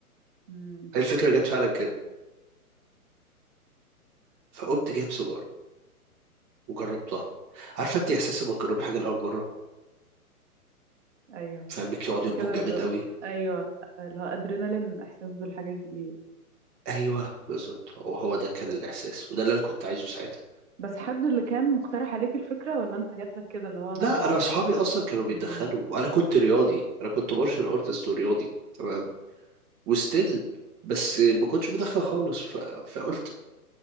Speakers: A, on the right; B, on the right.
A: امم
B: الفكره جت فعلا كده فقمت جايب سجار وجربتها عارفه انت احساس لما تجربي حاجه لاول مره
A: أيوه
B: فقلبك
A: تحس
B: يقعد ينبض
A: كده
B: جامد
A: ب
B: قوي
A: أيوه اللي هو أدرينالين إحساس بالحاجات الجديدة
B: ايوه بالظبط هو هو ده كان الاحساس وده اللي انا كنت عايزه ساعتها
A: بس حد اللي كان مقترح عليك الفكرة ولا أنت جاتلك كده اللي هو أنا
B: لا
A: هعمل
B: انا اصحابي
A: كده
B: اصلا كانوا بيتدخلوا
A: امم
B: وانا كنت رياضي انا كنت مارشال ارتست ورياضي تمام وستيل بس ما كنتش بدخل خالص ف... فقلت